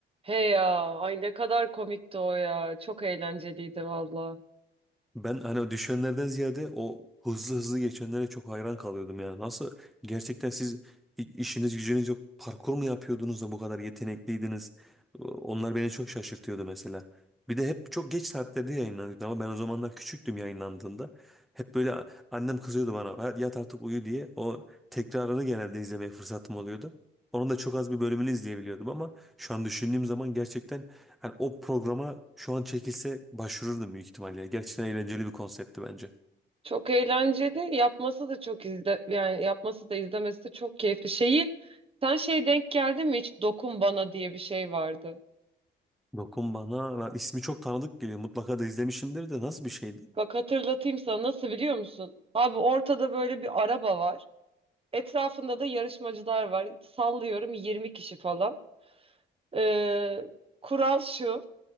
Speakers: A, on the right (about 30°); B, in the centre.
A: He ya, ay ne kadar komikti o ya. Çok eğlenceliydi valla.
B: Ben hani o düşenlerden ziyade o hızlı hızlı geçenlere çok hayran kalıyordum ya. Nasıl gerçekten siz i- işiniz gücünüz yok parkur mu yapıyordunuz da bu kadar yetenekliydiniz? Onlar beni çok şaşırtıyordu mesela. Bir de hep çok geç saatlerde yayınlanıyordu ama ben o zamanlar küçüktüm yayınlandığında. Hep böyle a- annem kızıyordu bana "Ha, yat artık uyu diye. O tekrarını genelde izlemeye fırsatım oluyordu. Onun da çok az bir bölümünü izleyebiliyordum ama şu an düşündüğüm zaman gerçekten Hani o programa şu an çekilse başvururdum büyük ihtimalle. ya. Gerçekten eğlenceli bir konseptti bence.
A: Çok eğlenceli. Yapması da çok izle yani yapması da izlemesi de çok keyifli. Şeyi sen şeye denk geldi mi hiç dokun bana diye bir şey vardı.
B: Dokun bana. Lan ismi çok tanıdık geliyor. Mutlaka da izlemişimdir de nasıl bir şeydi?
A: Bak hatırlatayım sana nasıl biliyor musun? Abi ortada böyle bir araba var. Etrafında da yarışmacılar var. Sallıyorum 20 kişi falan. Ee, kural şu.